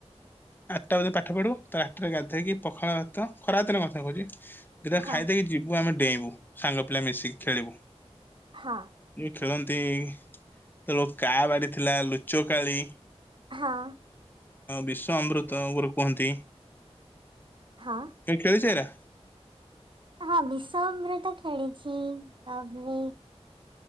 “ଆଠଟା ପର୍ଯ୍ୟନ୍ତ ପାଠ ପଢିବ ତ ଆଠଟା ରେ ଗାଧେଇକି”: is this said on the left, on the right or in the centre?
Left